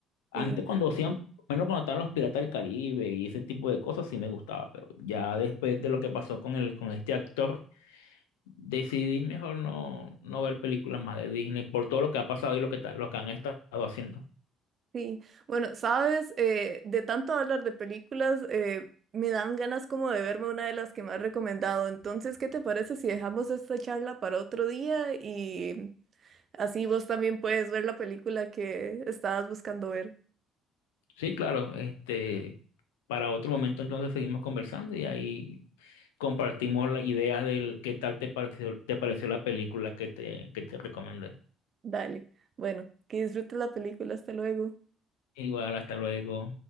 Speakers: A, on the left; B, on the right.
A: Antes
B: Sí,
A: cuando hacían, bueno, cuando estaban los Piratas del Caribe y ese tipo de cosas, sí me gustaba. Pero ya después de lo que pasó con el, con este actor, decidí mejor no, no ver películas más de Disney por todo lo que ha pasado y lo que, ta- lo que han estado haciendo.
B: sí. Bueno, sabes, Eh, de tanto hablar de películas, eh, me dan ganas como de verme una de las que me has recomendado. Entonces, ¿qué te parece si dejamos esta charla para otro día y Así vos también puedes ver la película que estabas buscando ver.
A: Sí, claro. Este, para otro momento entonces seguimos conversando y ahí compartimos las ideas del qué tal te pareció, te pareció la película que te, que te recomendé.
B: Dale. Bueno, que disfrutes la película. Hasta luego.
A: Igual, hasta luego.